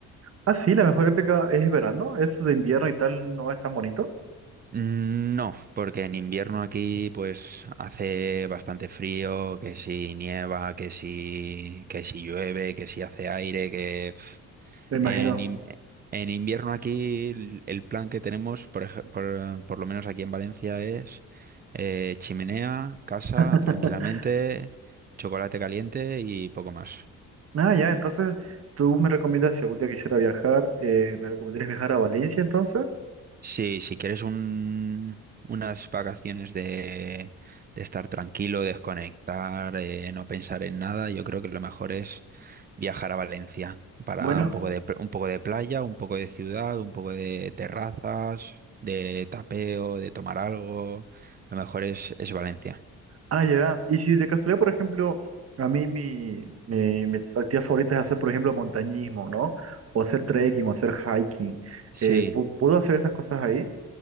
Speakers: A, on the right; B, on the right.
A: Ah, sí, la mejor época es verano. Eso de invierno y tal no es tan bonito.
B: Mm, No, porque en invierno aquí pues hace bastante frío, que si nieva, que si, que si llueve, que si hace aire, que pf,
A: Me imagino.
B: En, in- en invierno aquí el, el plan que tenemos, por, ej- por, por lo menos aquí en Valencia, es eh, chimenea, casa,
A: <laughs>
B: tranquilamente, chocolate caliente y poco más.
A: Ah, ya, entonces tú me recomiendas si algún día quisiera viajar, eh, ¿me recomendarías viajar a Valencia entonces?
B: Sí, si quieres un, unas vacaciones de, de estar tranquilo, desconectar, eh, no pensar en nada, yo creo que lo mejor es viajar a Valencia para
A: Bueno,
B: un poco de, pl- un poco de playa, un poco de ciudad, un poco de terrazas, de tapeo, de tomar algo. Lo mejor es, es Valencia.
A: ah, ya. Y si de casualidad, por ejemplo, a mí mi, mi, mi actividad favorita es hacer, por ejemplo, montañismo, ¿no? O hacer trekking o hacer hiking.
B: Sí,
A: Eh, ¿pu- ¿puedo hacer esas cosas ahí?